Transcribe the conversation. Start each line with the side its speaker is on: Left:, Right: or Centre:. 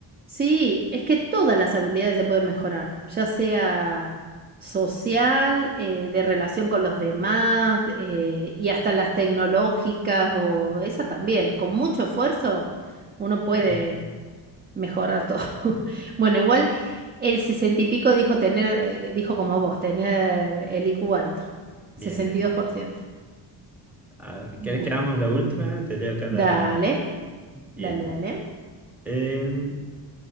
Right: sí, es que todas las habilidades se pueden mejorar, ya sea social, eh, de relación con los demás, eh, y hasta las tecnológicas o esas también. Con mucho esfuerzo uno puede
Centre: Exacto.
Right: mejorar todo. <laughs> Bueno, igual el sesenta y pico dijo tener, eh, dijo como vos, tener el IQ alto. sesenta
Centre: Bien, bien,
Right: y dos
Centre: bien.
Right: por ciento
Centre: A ver,
Right: Bueno,
Centre: ¿querés que hagamos la última? Te leo acá la...
Right: dale,
Centre: Bien.
Right: dale, dale.
Centre: Em,